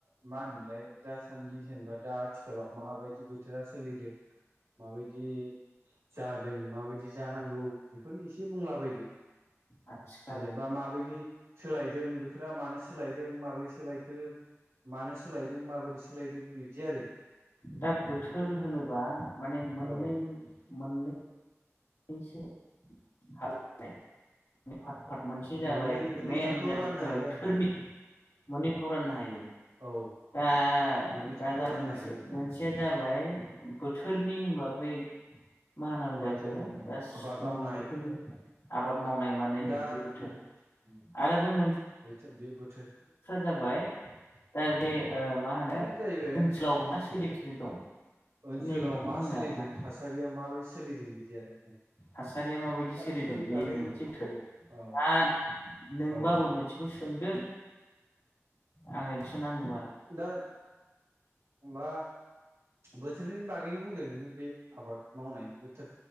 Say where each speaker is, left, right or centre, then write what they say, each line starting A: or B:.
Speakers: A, on the right; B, on the left.
A: मा होनोमोनलाय दासान्दि जेनेबा दा आथिखालाव माबायदि बोथोरा सोलिदों? माबायदि जादों माबायदि जानांगौ बेफोरनो एसे बुंला बायदो।
B: आथिखाल
A: जेनेबा माबायदि सोलाय दों बोथोरा मानो सोलायदों माबोरै सोलायखो मानो सोलायदों माबोरै सोलायदों बिदि आरो।
B: दा बोथोर
A: बेफोरनो
B: होनोबा माने मोननै
A: औ
B: मोननै सो हालौनाय माने फाथ फाट मोनसे जाबाय
A: मोननै मोननै
B: मेइेन
A: थाखोआव
B: जा
A: राननो
B: बोथोर जाबाय
A: हायो आरोना
B: थोरनि मोननै <unintelligible> हायो
A: औ
B: दा,
A: मोननै
B: दा
A: थाखोआव
B: जा
A: राननो
B: मोनसे
A: हायो आरोना
B: मोनसेया जाबाय बोथोरनि होनबा बै मा हानांगौ
A: बोथोरनि
B: जाखो खो
A: ओं
B: दा सम
A: आबाद मावनाय
B: बोथोरनि आबाद मावनाय मानायो
A: दा
B: बे बोथोर
A: उम उम
B: आरो बै मोनसेनि
A: बेथो बे बोथोर
B: जाबाय दा बे मा होनो
A: बे जाहैबाय
B: ओनसोलाव मा सोलिगासिनो दं।
A: ओनसोलाव
B: नैबेखौ
A: मा
B: होनो
A: सोलिदों
B: आरोना
A: थासारियाव माबायदि सोलिदों बिदि आरो
B: थासारिया माबायदि
A: दा
B: सोलिदों
A: बेफोरनि
B: बे
A: बागै
B: नैबे मोनसे थद
A: औ औ
B: दा नोंबा
A: औ
B: अबे मोनसेखौ सोंदों आंनोबोसो नांगौ आरो
A: दा बा बोथोरनिनि बागैनो बुंदो नोङो बे आबाद मावनायनि बोथोर।